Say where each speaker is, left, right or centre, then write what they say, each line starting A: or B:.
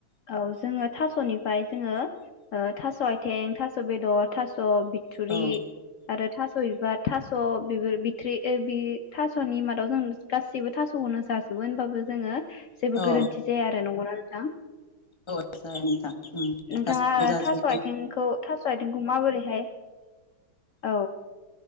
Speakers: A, on the left; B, on the left.
A: औ जोङो थास'नि ओमफ्राय जोङो ओ थास' आथिं थास' बेदर थास' स' बिथुरि
B: औ
A: आरो थास' बा थास' बिफोर बिथ्रि थास'नि मादाव जों गाससिबो थास' खोनो जा जाजोबो होनबाबो जोङो जेबो
B: अ
A: गोरोन्थि जाया आरो नंगौना नोंथां
B: औ जायो नोंथां
A: नोंथाङा
B: गासिखौबो जाजोबनाय
A: थास' आथिंखौ थास' आथिंखौ माबोरै औ